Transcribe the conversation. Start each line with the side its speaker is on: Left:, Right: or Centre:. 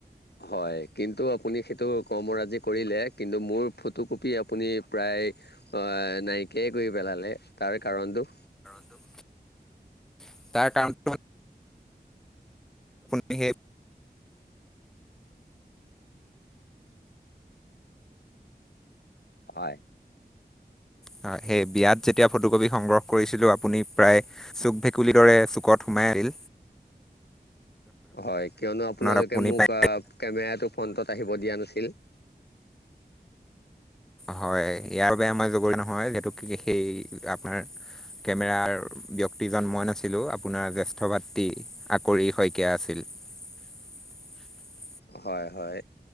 Left: হয় কিন্তু আপোনি সেইটো কৰ্মৰাজি কৰিলে, কিন্তু মোৰ ফটোকপি আপোনি প্ৰায় নাইকিয়াই কৰি পেলালে, তাৰ কাৰণটো
Centre: <inaudible> তাৰ কাৰণটো হল বিশেষ
Left: হয়।
Centre: হয় সেই বিয়াত যেতিয়া ফটো কপি সংগ্ৰহ কৰিছিলোঁ, আপুনি প্ৰায় চুক ভেকুলীৰ দৰে চুকত সোমাই আছিল।
Left: হয় কিয়নো আপোনালোকে
Centre: আপুনি
Left: মোক,
Centre: পায়
Left: কেমেৰাটো ফ্ৰন্টত আহিব দিয়া নাছিল।
Centre: হয় ইয়াৰ বাবে আমাক জগৰীয়া হয় সেইটোক সেই আমাৰ কেমেৰাৰ ব্যক্তিজন মই নাছিলোঁ আপোনাৰ জ্যেষ্ঠ ভাতৃ আকৰি শইকীয়া আছিল <unintelligible>
Left: হয় হয়